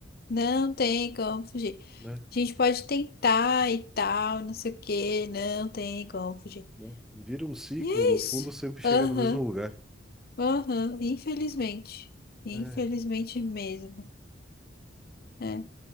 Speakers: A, on the left; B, in the centre.
A: Não tem como fugir. A
B: né?
A: gente pode tentar e tal, não sei o quê, não tem como fugir.
B: Né? Vira um ciclo,
A: E é
B: no
A: isso.
B: fundo sempre chega
A: Aham,
B: no mesmo lugar.
A: aham, infelizmente. Infelizmente
B: É.
A: mesmo. né?